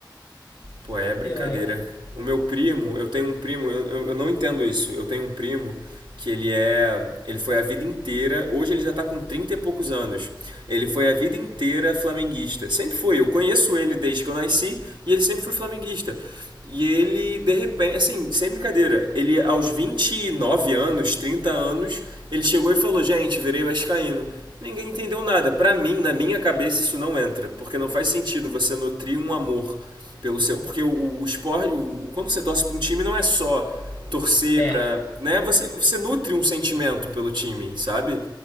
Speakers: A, on the right; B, on the left.
A: Pô, é brincadeira.
B: Sei lá.
A: O meu primo, eu tenho um primo, eu, eu- eu não entendo isso. Eu tenho um primo que ele é, ele foi a vida inteira, hoje ele já tá com 30 e poucos anos. Ele foi a vida inteira flamenguista. Sempre foi, eu conheço ele desde que eu nasci e ele sempre foi flamenguista. E ele, de repente, assim, sem brincadeira, ele aos 29 anos, 30 anos, ele chegou e falou: "Gente, virei vascaíno". Ninguém entendeu nada. Pra mim, na minha cabeça, isso não entra, porque não faz sentido você nutrir um amor pelo seu, porque o, o esporte, o- quando você torce para um time não é só torcer
B: É.
A: para, né? Você você nutre um sentimento pelo time, sabe?